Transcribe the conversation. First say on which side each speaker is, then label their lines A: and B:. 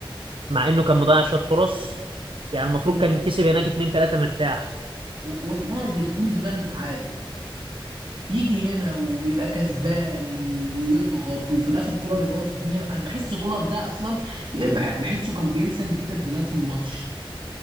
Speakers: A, on the right; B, on the right.
A: مع انه كان مضيع شويه فرص يعني المفروض
B: وت-
A: كان كسب هناك 2 3 مرتاح
B: و- وتعادل الحمد لله انه تعادل يجي هنا ويبقى كسبان ويضغط وفي الاخر كولر يبوظ الدنيا انا بحس كولر ده اصلا بح- بحسه كان بينسى ان في تبديلات في الماتش